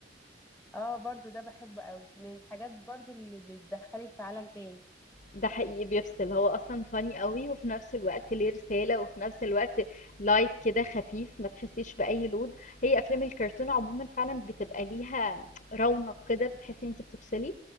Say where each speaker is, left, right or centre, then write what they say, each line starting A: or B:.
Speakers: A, in the centre; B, on the left (about 45°).
A: اه برضو ده بحبه قوي من الحاجات برضو اللي بتدخلك في عالم تاني
B: ده حقيقي بيفصل هو اصلا فاني قوي وفي نفس الوقت ليه رسالة وفي نفس الوقت لايت كده خفيف ما تحسيش بأي لود هي افلام الكرتون عموما فعلا بتبقى ليها رونق كده بتحسي ان انت بتفصلي